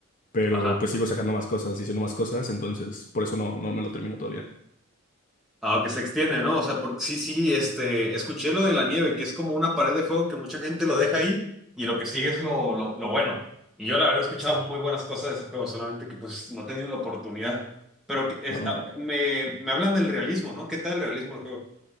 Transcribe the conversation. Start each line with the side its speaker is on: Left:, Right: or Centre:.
Left: pero
Centre: Ajá.
Left: pues sigo sacando más cosas, diciendo más cosas, entonces por eso no, no me lo termino todavía.
Centre: Aunque se extiende, ¿no? O sea, por- sí, sí, este, escuché lo de la nieve, que es como una pared de fuego que mucha gente lo deja ahí y lo que sigue es lo, lo, lo bueno. Y yo la verdad he escuchado muy buenas cosas de ese juego, solamente que pues no he tenido la oportunidad. Pero que es-
Left: No,
Centre: ah, me, me hablan del realismo, ¿no? ¿Qué tal el realismo del juego?